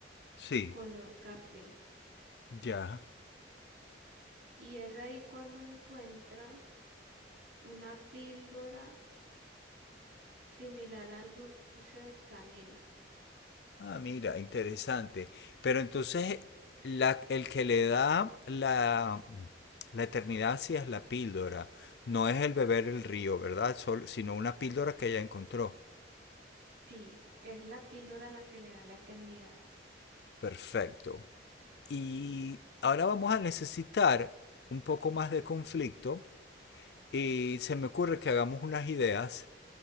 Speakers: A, on the left (about 65°); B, on the right (about 75°).
A: Sí.
B: color café.
A: Ya.
B: Y es ahí cuando encuentra una píldora similar al du- dulce de canela.
A: Ah, mira, interesante. Pero entonces la, el que le da la, la eternidad sí es la píldora, no es el beber el río, ¿verdad? Sol- sino una píldora que ella encontró.
B: Sí, es la píldora la que le da la eternidad.
A: Perfecto. Y ahora vamos a necesitar un poco más de conflicto y se me ocurre que hagamos unas ideas